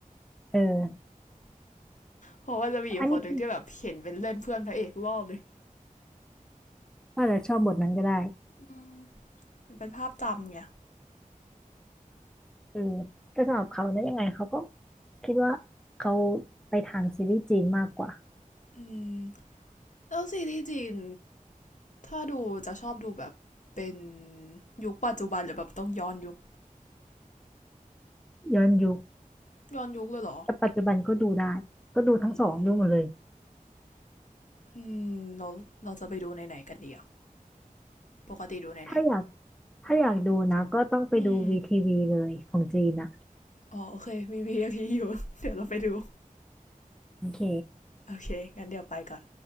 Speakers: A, in the centre; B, on the left.
A: เออ
B: เพราะว่าจะมีอยู่คนหนึ่งที่แบบเห็นเป็นเล่นเพื่อนพระเอกรอบเลย
A: อันนี้คือ ก็อาจจะชอบบทนั้นก็ได้
B: อืมมันเป็นภาพจำไง
A: เออแต่สำหรับเขานะยังไงเขาก็คิดว่าเขาไปทางซีรีส์จีนมากกว่า
B: อืมแล้วซีรีส์จีนถ้าดูจะชอบดูแบบเป็นยุคปัจจุบันหรือแบบต้องย้อนยุค
A: ย้อนยุค
B: ย้อนยุคเลยเหรอ
A: แต่ปัจจุบันก็ดูได้ ก็ดูทั้งสองดูหมดเลย
B: อืมอืมเราเราจะไปดูไหนๆกันดีอ่ะปกติดูไหน
A: ถ้าอยากถ้าอยากดูนะก็ต้องไปดูวีทีวีเลยของจีนอ่ะ
B: ๆอืม อ๋อโอเคมี VIP อพีอยู่ <laughs> เดี๋ยวเราไปดู
A: โอเค
B: โอเคงั้นเดี๋ยวไปก่อน